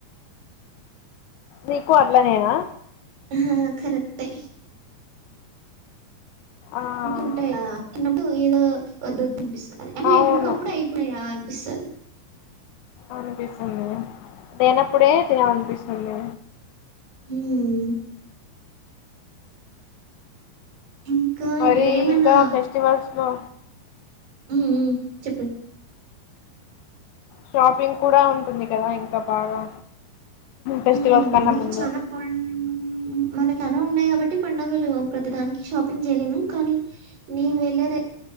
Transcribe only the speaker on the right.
అహహా కరెక్టె
ఉంటాయా అన్నప్పుడు ఏదో వద్దొద్దు అనిపిస్తది అన్ని
అయిపోయినాకా అప్పుడే అయిపోనాయా అనిపిస్తది
హ్మ్ ఇంకా
ఏమైనా
ఉమ్ ఉమ్ చెప్పు
ఉమ్
మనకి
చానా పన్న్న్న్ మనకి అనా ఉన్నాయి కాబట్టి పంండగలు ప్రతిదానికి షాపింగ్ చేయలేము కానీ నేను వెళ్లేదే